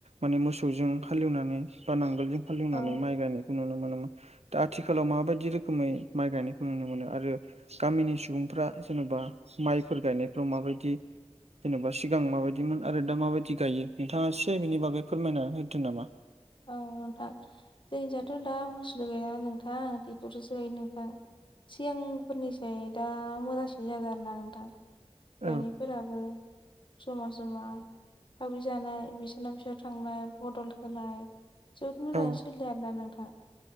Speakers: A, on the right; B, on the left.
A: माने मोसौजों हालेवनानै बा नांगोल जों हालिवनानै
B: औ
A: माइ गायनायखौ नुनो मोनो मोन दा आथिखालाव माबायदि रोखोमै माइ गायनायखौ नुनो मोनो आरो गामिनि सुबुंफ्रा जेनेबा माइफोर गायनायफ्राव माबायदि जेनेबा सिगां माबायदिमोन आरो दा माबायदि गायो नोंथाङा इसे बिनि बागै फोरमायना होदो नामा
B: औ नोंथां जोंनिजाथ' दा बुस्थु गायला नोंथां ट्रेक्टरजोंसो गायो नोंथां सिगांफोरनिसै दा मोजांसिन जादों आरो ना नोंथां <unintelligible>
A: औ
B: फोराबो जमा जमा सावरि जानाय बिसोरनाव बिसाव थांनाय बदल होनाय जोब मोजाङै
A: औ
B: सोलियो आरोना नोंथाङा